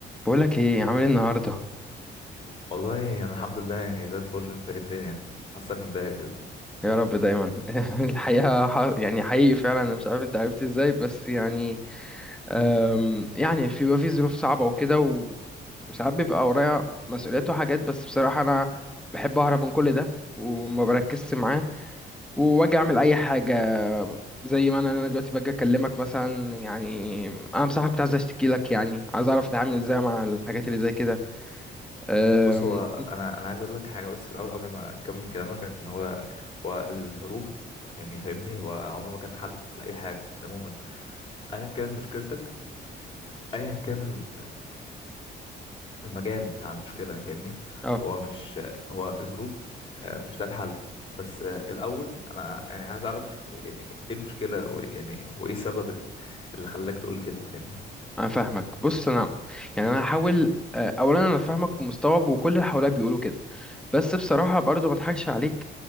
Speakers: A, in the centre; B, on the left (about 25°).
A: بقولك ايه عامل ايه النهارده
B: والله يعني الحمد لله يعني زي الفل انت ايه الدنيا حاسك متضايق كده
A: يا رب دايما <laughs> الحقيقه ح- يعني حقيقي فعلا انا مش عارف انت عرفت ازاي بس يعني أم، يعني في بيبقى في ظروف صعبه وكده و... وساعات بيبقى ورايا مسؤوليات وحاجات بس بصراحه انا بحب اهرب من كل ده وما بركزش معاه واجي اعمل اي حاجه زي ما انا انا دلوقتي باجي اكلمك مثلا يعني انا بصراحه كنت عايز اشتكي لك يعني عايز اعرف اتعامل ازاي مع الحاجات اللي زي كده أم،
B: بص هو انا انا عايز اقول لك حاجه بس في الاول قبل ما اكمل كلامك ان هو هو الهروب يعني فاهمني هو عمره ما كان حل لاي حاجه عموما ايا كانت مشكلتك ايا كان ال- المجال بتاع المشكله فاهمني
A: اه
B: هو مش هو الهروب آه، مش ده الحل بس آه، الاول انا يعني عايز اعرف يعني ايه المشكله ويعني وايه السبب ال- اللي خلاك تقول كده فاهمني
A: انا فاهمك بص انا يعني انا هحاول آه، اولا انا فاهمك ومستوعب وكل اللي حواليا بيقولوا كده بس بصراحه برضو ما اضحكش عليك